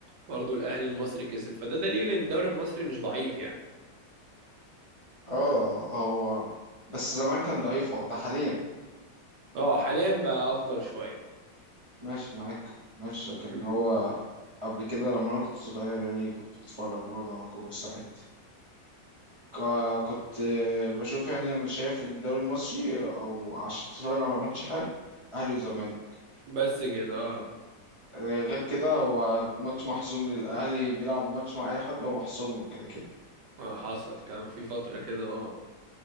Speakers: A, on the right (about 75°); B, on the right (about 30°).
A: برضه الأهلي المصري كسب فده دليل إن الدوري المصري مش ضعيف يعني
B: اه هو بس زمان كان ضعيف هو ده حاليا
A: اه حاليا بقى أفضل شوية
B: ماشي معاك ماشي لكن
A: مم.
B: هو قبل كده لما انا كنت صغير يعني كنت بتفرج برضه على كورة ساعات ك- كنت آه، بشوف يعني انا شايف ان الدوري المصري او عشان تتفرج على ماتش حلو اهلي وزمالك
A: بس كده اه
B: آه، غير كده هو ماتش محسوم للاهلي بيلعب ماتش مع اي حد هو محسوم له كده كده
A: آه، حصل كان في فترة كده اه